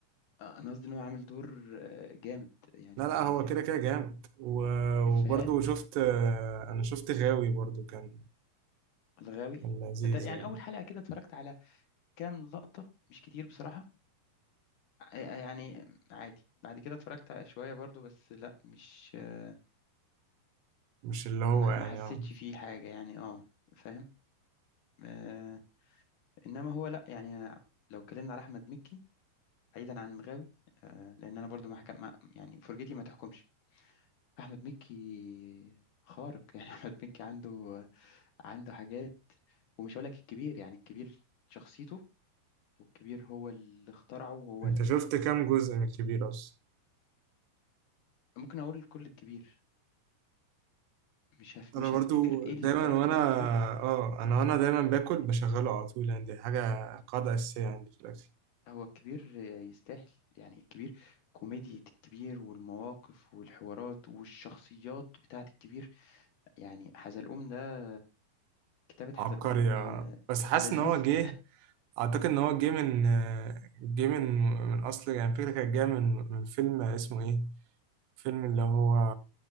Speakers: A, on the left; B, on the right.
A: آه، أنا قصدي إن هو عامل دور آه، جامد يعني
B: لا لا هو كده كده
A: آه،
B: جامد و- وبرضه
A: إفيهات
B: شفت آه، انا شفت غاوي برضه كان
A: الغاوي
B: كان لذيذ
A: ده يعني
B: يعني
A: أول حلقة كده اتفرجت على كام لقطة مش كتير بصراحة آه، آه، يعني عادي بعد كده اتفرجت على شوية برضو بس لا مش آه،
B: مش اللي هو
A: ما
B: يعني
A: ما حسيتش
B: اه
A: فيه حاجة يعني اه فاهم آه، إنما هو لا يعني لو اتكلمنا على أحمد مكي بعيدا عن الغاوي آه، لأن أنا برضو ما حكم ما- يعني فرجتي ما تحكمش احمد مكي خارق يعني <laughs> احمد مكي عنده عنده حاجات ومش هقول لك الكبير يعني الكبير شخصيته والكبير هو اللي اخترعه وهو
B: انت
A: ال...
B: شفت كام جزء من الكبير اصلا
A: ممكن اقول الكل الكبير مش هف...
B: انا
A: مش
B: برضو
A: هفتكر ايه
B: دايما
A: اللي اتفرجته
B: وانا
A: وايه اللي ما شفتوش بس
B: اه انا وانا دايما باكل بشغله على طول يعني دي حاجه قاعده اساسيه عندي في الاكل
A: هو الكبير يستاهل يعني الكبير كوميديا الكبير والمواقف والحوارات والشخصيات بتاعت الكبير يعني حزلقوم ده كتابة حزلقوم
B: عبقري آه.
A: آه،
B: بس حاسس
A: لذيذة
B: ان هو جه اعتقد ان هو جه من آه، جه من من اصل يعني فكره كانت جايه من من فيلم اسمه ايه فيلم اللي هو